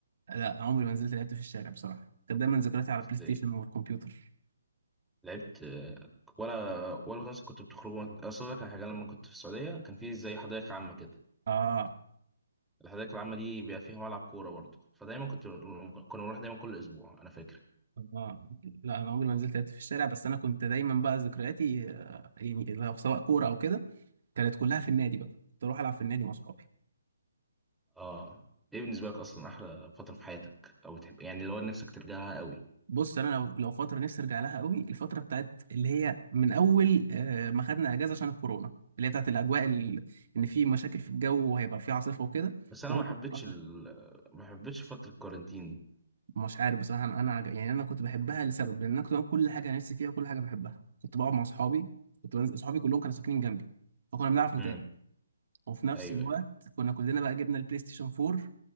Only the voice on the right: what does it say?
لا عمري ما نزلت لعبت في الشارع بصراحه كانت دايما ذكرياتي على بلاي ستيشن
والكمبيوتر
اه
اه لا انا عمري ما نزلت لعبت في الشارع بس انا كنت دايما بقى ذكرياتي آه، يعني لو سواء كوره او كده كانت كلها في النادي بقى كنت اروح العب في النادي مع اصحابي
بص انا لو لو فتره نفسي ارجع لها قوي الفتره بتاعت اللي هي من اول آه، ما خدنا اجازه عشان الكورونا اللي هي بتاعت الاجواء ال- ان في مشاكل في الجو وهيبقى في عاصفه وكده
وهو
الكورة-
مش عارف بصراحه انا أنا عج- يعني انا كنت بحبها لسبب لان انا كنت بعمل كل حاجه نفسي فيها وكل حاجه بحبها كنت بقعد مع اصحابي كنت بنزل اصحابي كلهم كانوا ساكنين جنبي فكنا بنعرف نتقابل
وفي نفس
الوقت
كنا كلنا بقى جبنا البلاي ستيشن 4